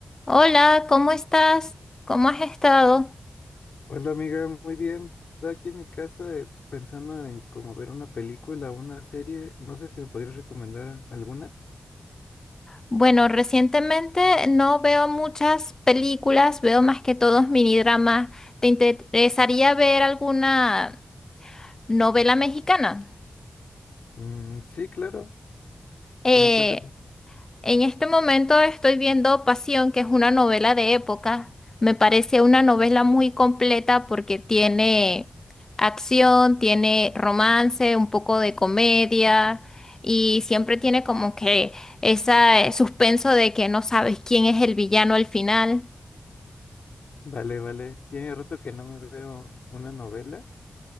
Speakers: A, on the left; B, on the left.
A: Hola, ¿cómo estás? ¿Cómo has estado?
B: Hola amiga, muy bien. Estaba aquí en mi casa eh, pensando en cómo ver una película o una serie. No sé si me podrías recomendar alguna.
A: Bueno, recientemente no veo muchas películas, veo más que todos minidramas. ¿Te interesaría ver alguna novela mexicana?
B: Mm, sí, claro.
A: Eh,
B: ¿Cómo cuál te...
A: En este momento estoy viendo Pasión, que es una novela de época. Me parece una novela muy completa porque tiene acción, tiene romance, un poco de comedia y siempre tiene como que ese suspenso de que no sabes quién es el villano al final.
B: Vale, vale. Tiene rato que no me veo una novela,